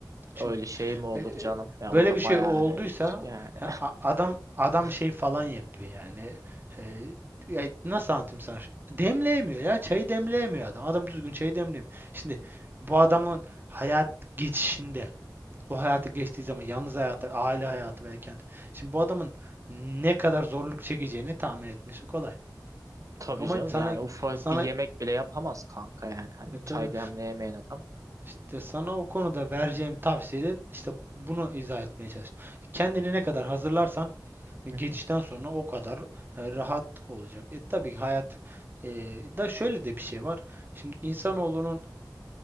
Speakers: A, on the right; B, on the right.
A: öyle
B: Şimdi
A: şey mi olur
B: e,
A: canım? Ya
B: Böyle
A: o da
B: bir şey
A: bayağı
B: olduysa
A: e, yani
B: ya a- adam adam
A: <laughs>
B: şey falan yapıyor yani. E, ya nasıl anlatayım sana? şu- Demleyemiyor ya. Çayı demleyemiyor adam. Adam düzgün çayı demleyemiyor. Şimdi bu adamın hayat geçişinde o hayatı geçtiği zaman yalnız hayatı, aile hayatı veya kendi. Şimdi bu adamın ne kadar zorluk çekeceğini tahmin etmesi kolay.
A: tabii
B: Ama
A: canım.
B: sana
A: Yani ufak
B: sana
A: bir yemek bile yapamaz kanka yani. Hani
B: e, tabii
A: çay demleyemeyen adam.
B: işte sana o konuda vereceğim tavsiyede işte bunu izah etmeye çalıştım. Kendini ne kadar hazırlarsan geçişten
A: <laughs>
B: sonra o kadar e, rahat olacak. E tabii hayat e, da şöyle de bir şey var. Şimdi insanoğlunun